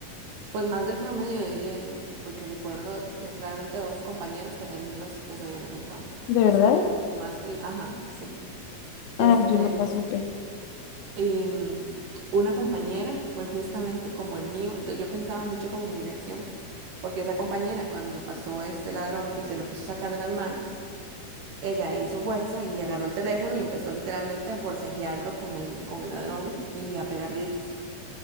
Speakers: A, on the right (about 70°); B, on the left (about 80°).
A: Pues más del promedio, diría yo, porque recuerdo eh, claramente dos compañeros que también los, los habían asaltado.
B: ¿De
A: Entonces
B: verdad?
A: creo que más que el, ajá, sí.
B: Ah,
A: Este,
B: yo no la supe.
A: y mm, una compañera fue justamente como el mío, entonces yo pensaba mucho como en mi reacción, porque esa compañera cuando pasó este ladrón y se lo quiso sacar de las manos, ella hizo fuerza y agarró el teléfono y empezó literalmente a forcejearlo con el, con el ladrón y a pegar gritos.